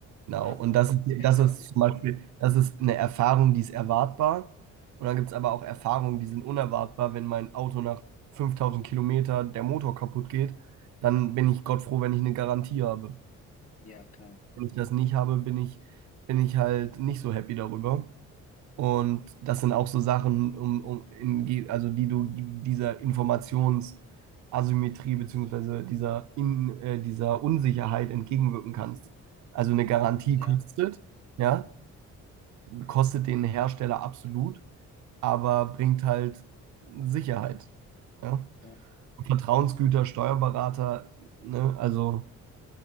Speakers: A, on the right; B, on the left.
A: Genau.
B: Oder?
A: Und das ist,
B: Das kennst
A: das
B: du
A: ist
B: ja auch, das
A: zum
B: Bild
A: Beispiel, das ist eine Erfahrung, die ist erwartbar. Und dann gibt es aber auch Erfahrungen, die sind unerwartbar. Wenn mein Auto nach 5000 Kilometer der Motor kaputt geht, dann bin ich Gott froh, wenn ich eine Garantie habe.
B: Ja, klar.
A: Wenn ich das nicht habe, bin ich, bin ich halt nicht so happy darüber. Und das sind auch so Sachen, um, um in, ge- also die du dieser Informationsasymmetrie beziehungsweise dieser, in, äh, dieser Unsicherheit entgegenwirken kannst. Also eine
B: Oh,
A: Garantie
B: ja,
A: kostet. Ja, kostet den Hersteller absolut, aber bringt halt Sicherheit. Ja?
B: ja.
A: Vertrauensgüter, Steuerberater, ne? also,